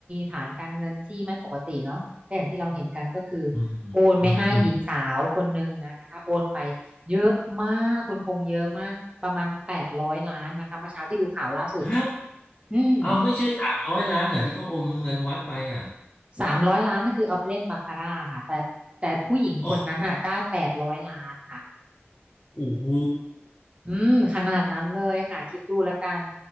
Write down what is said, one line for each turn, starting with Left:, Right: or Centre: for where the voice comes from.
Right: ฐานการเงินที่ไม่ปกติเนาะก็อย่างที่เราเห็นกันก็คือโอนไม่ให้หญิงสาวคนหนึ่งนะนะคะโอนไป
Left: อืมอืมอืม
Right: เยอะมากคุณพงษ์เยอะมากประมาณแปดร้อยล้านนะคะเมื่อเช้าที่ดูข่าวล่าสุด
Left: ฮะ
Right: อืม
Left: เอาไม่ใช่สามร้อยล้านเหรอที่เขาอมเงินวัดไปอ่ะ
Right: สามร้อยล้านนั่นคือเอาไปเล่นบาคาร่าค่ะแต่แต่ผู้หญิงคนนั้นอ่ะได้แปดร้อยล้านค่ะ
Left: โอ้โอ้โห
Right: อืมขนาดนั้นเลยค่ะคิดดูแล้วกัน